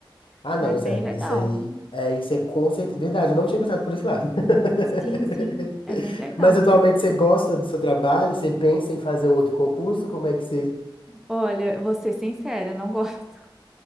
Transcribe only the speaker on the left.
Ah,
não,
isso é,
isso aí, é, isso é com certeza, verdade, eu não tinha pensado por esse lado.
<laughs>
Mas atualmente você gosta do seu trabalho? Você pensa em fazer um outro concurso? Como é que você